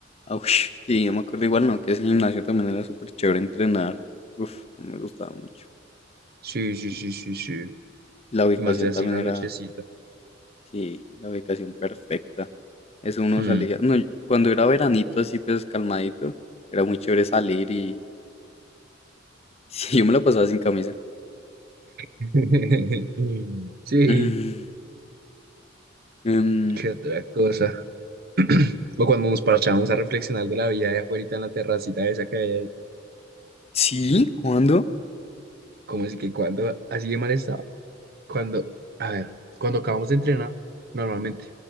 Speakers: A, on the left (about 35°); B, on the right (about 55°).
A: au, sí, yo me acuerdo igual, no, que ese gimnasio también era súper chévere entrenar. Uf, no me gustaba mucho.
B: Sí, sí, sí, sí, sí.
A: La ubicación
B: Y más de así
A: también
B: en la
A: era,
B: nochecita.
A: sí, la ubicación perfecta. Eso uno
B: Hmm.
A: salía, no, y cuando era veranito así, pues calmadito, era muy chévere salir y <laughs> sí, yo me la pasaba sin camisa.
B: <laughs> Sí,
A: Mm, em,
B: qué otra cosa. <clears throat> O cuando nos parchábamos a reflexionar de la vida de afuera en la terracita esa que había ahí.
A: sí, ¿cuándo?
B: Como es que cuando así de mal estaba? Cuando, a ver, cuando acabamos de entrenar, normalmente.